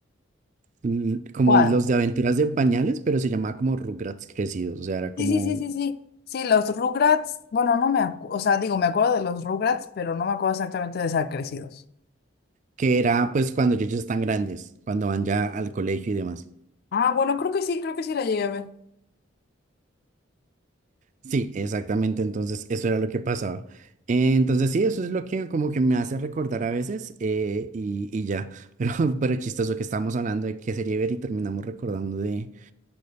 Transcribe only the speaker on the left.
¿Cuál?
Sí, sí, sí, sí, sí. Sí, los Rugrats, bueno, no me acuerdo, o sea, digo, me acuerdo de los Rugrats, pero no me acuerdo exactamente de Crecidos.
Ah, bueno, creo que sí, creo que sí la llegué a ver.